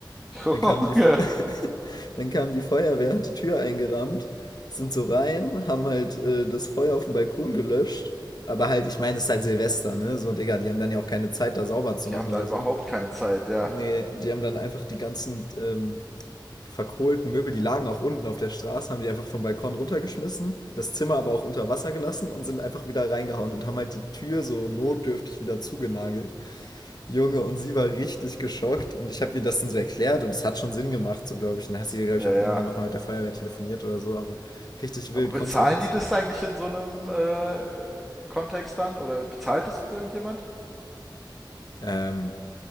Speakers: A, in the centre; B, on the left.
A: <laughs> Junge,
B: Dann kam die, <laughs> dann kam die Feuerwehr, hat die Tür eingerammt, sind so rein, haben halt äh, das Feuer auf dem Balkon gelöscht. Aber halt, ich meine, es ist halt Silvester, ne? So, Digga, die haben dann ja auch keine Zeit, da sauber zu
A: die
B: machen
A: haben da
B: oder
A: überhaupt
B: so.
A: keine Zeit, ja,
B: Nee, die haben dann einfach die ganzen ähm, verkohlten Möbel, die lagen auch unten auf der Straße, haben die einfach vom Balkon runtergeschmissen, das Zimmer aber auch unter Wasser gelassen und sind einfach wieder reingehauen und haben halt die Tür so notdürftig wieder zugenagelt. Junge, und sie war richtig geschockt und ich habe ihr das dann so erklärt und es hat schon Sinn gemacht, so glaube ich. Und dann hat sie, glaube
A: ja,
B: ich, auch
A: ja.
B: irgendwann nochmal mit der Feuerwehr telefoniert oder so, aber richtig wild,
A: Aber bezahlen
B: kommt's einfach. s-
A: die das eigentlich in so einem äh, Kontext dann oder bezahlt es irgendjemand?
B: Ähm,